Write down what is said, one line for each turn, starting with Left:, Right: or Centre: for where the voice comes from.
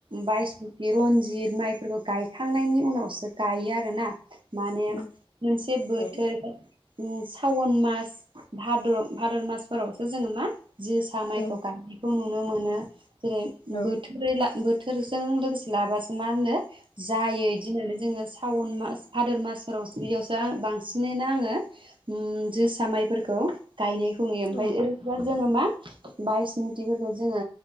Right: बाइस बे रनजित माइफोरखौ गायखांनायनि उनावसो गायो आरोना माने
Left: औ
Right: मोनसे बोथोर
Left: औ
Right: सावन मास भाद्र भादोर मासफोरावसो जोङो मा जोसा माइखौ
Left: औ
Right: गायनायखौ नुनो नुनो मोनो जेरै
Left: औ
Right: बोथोर बोथोरजों लोगोसे लाबासो मा होनो जायो इदि होननानै जोङो सावन मास भादोर मासफोरावो बेयावसो बांसिनैनो आङो ओम जोसा माइफोर खौ गायनायखौ नुयो ओमफाय
Left: औ
Right: ओरैजा जोङो मा बायसमुथिफोरखौ जोङो